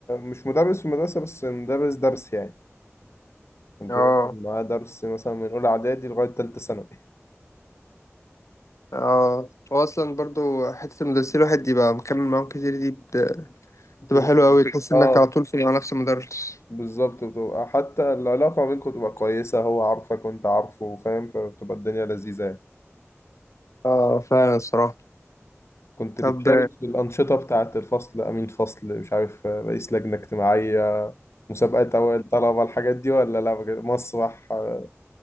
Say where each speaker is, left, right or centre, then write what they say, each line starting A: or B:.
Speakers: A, on the left; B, on the left.
A: مش مدرس في المدرسة بس مدرس درس يعني كنت
B: اه
A: باخد معاه درس مثلا من أولى إعدادي لغاية تالتة ثانوي
B: اه هو اصلا برضه حتة المدرسين الواحد يبقى مكمل معاهم كتير دي بت-
A: بتبقى
B: بتبقى حلوة اوي تحس انك
A: اه
B: على طول في مع نفس المدرس
A: بالظبط بتبقى حتى العلاقة ما بينكم بتبقى كويسة هو عارفك وانت عارفه فاهم فبتبقى الدنيا لذيذة يعني
B: اه فعلا الصراحة
A: كنت
B: طب
A: بتشارك في الأنشطة بتاعة الفصل أمين فصل مش عارف آه، رئيس لجنة اجتماعية مسابقات أوائل طلبة الحاجات دي ولا لا بجد؟ مسرح آه،